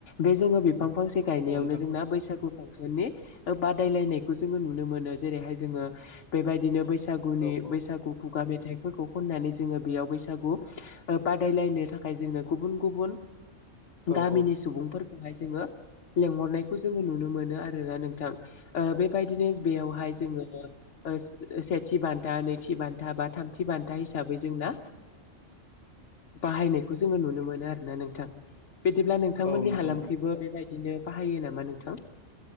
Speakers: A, on the left; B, on the left.
A: बे जोङो बिफां फांसे गनायनायावनो
B: औ नोंथां
A: जोंना बैसागु फांसननि बादायलायनायखौ जों नुनो मोनो जेरैहाय जोङो बेबायदिनो बैसागुनि
B: औ औ
A: बैसागु खुगा मे- थाइफोरखौ खननानै जोङो बेयाव बैसागु बादायलायनो थाखाय जोंनो गुबुन गुबुन
B: नंगौ
A: गामिनि सुबुंफोरखौहाय जोङो लेंहरनायखौ जोङो नुनो मोनो आरोना नोंथां बे बायदिनो बेयावहाय जोङो सेथि बान्था नैथि बान्था बा थामथि बान- था हिसाबै जोंना बाहायनायखौ जोङो नुनो मोनो आरोना नोंथां बिदिब्ला नोंथांमोननि
B: नोंथां
A: हालामखैबो बेबायदिनो बाहायो नामा नोंथां?